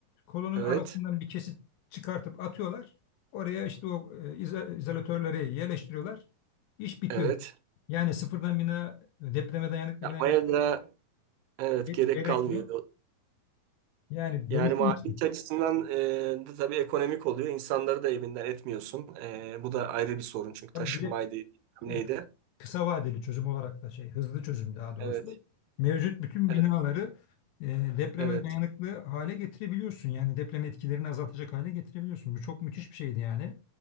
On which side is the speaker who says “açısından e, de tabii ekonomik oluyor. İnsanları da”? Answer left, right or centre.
Right